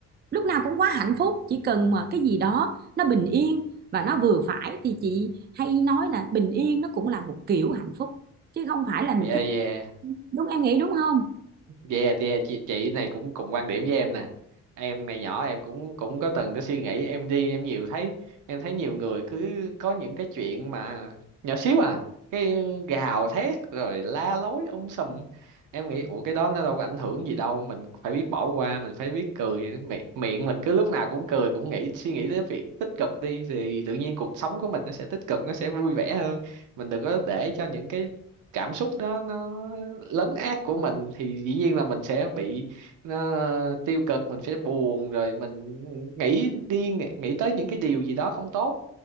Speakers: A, on the right; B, on the right.
A: lúc nào cũng quá hạnh phúc chỉ cần mà cái gì đó nó bình yên và nó vừa phải thì chị hay nói là bình yên nó cũng là một kiểu hạnh phúc chứ không phải là mình
B: dạ
A: cứ
B: dạ
A: đúng em nghĩ đúng không
B: yeah yeah chị chị này cũng cùng quan điểm với em nè em ngày nhỏ em cũng cũng có từng cái suy nghĩ em đi em nhiều thấy em thấy nhiều người cứ có những cái chuyện mà nhỏ xíu à cái gào thét rồi la lối um sùm em nghĩ ủa cái đó nó đâu có ảnh hưởng gì đâu mình phải biết bỏ qua mình phải biết cười miệng miệng mình cứ lúc nào cũng cười cũng nghĩ suy nghĩ tới việc tích cực đi thì tự nhiên cuộc sống của mình nó sẽ tích cực nó sẽ vui vẻ hơn mình đừng có để cho những cái cảm xúc đó nó lấn át của mình thì dĩ nhiên là mình sẽ bị nó tiêu cực mình sẽ buồn rồi mình nghĩ đi nghĩ tới những cái điều gì đó không tốt